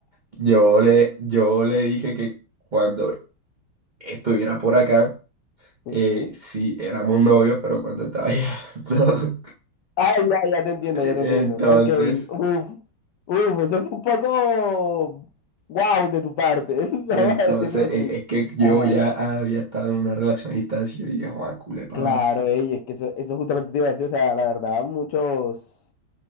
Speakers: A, on the right; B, on the left.
A: Yo le, yo le dije que cuando estuviera por acá,
B: Ujú.
A: eh, sí éramos novios, pero cuando estaba allá, <laughs> no.
B: Ay, ya, ya te entiendo,
A: Entonces,
B: ya te entiendo. Ok, uf, uf, eso fue un poco wow de tu parte, <laughs> vamos
A: Entonces,
B: a decirlo así.
A: e- es, que yo
B: Ajá.
A: ya había estado en una relación a distancia y yo dije, Juan, culepaba.
B: Claro, ey, es que eso, eso justamente te iba a decir, o sea, la verdad, muchos,